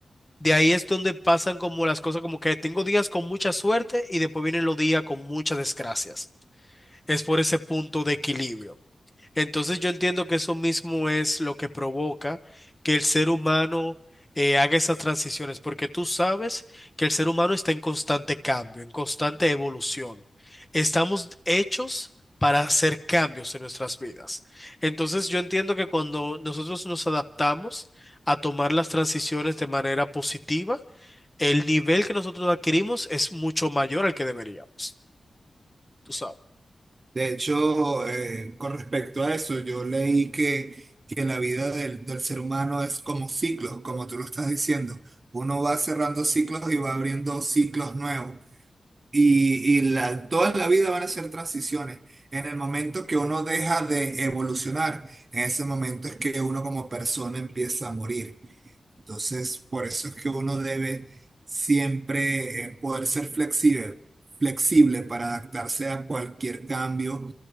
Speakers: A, on the left; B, on the right.
A: De ahí es donde pasan como las cosas, como que tengo días con mucha suerte y después vienen los días con muchas desgracias. Es por ese punto de equilibrio. Entonces yo entiendo que eso mismo es lo que provoca que el ser humano eh, haga esas transiciones, porque tú sabes que el ser humano está en constante cambio, en constante evolución. Estamos hechos para hacer cambios en nuestras vidas. Entonces yo entiendo que cuando nosotros nos adaptamos a tomar las transiciones de manera positiva, el nivel que nosotros adquirimos es mucho mayor al que deberíamos. Tú sabes.
B: De hecho, eh, con respecto a eso, yo leí que, que la vida del, del ser humano es como ciclos, como tú lo estás diciendo. Uno va cerrando ciclos y va abriendo ciclos nuevos. Y, y la, toda la vida van a ser transiciones. En el momento que uno deja de evolucionar, en ese momento es que uno como persona empieza a morir. Entonces, por eso es que uno debe siempre eh, poder ser flexible, flexible para adaptarse a cualquier cambio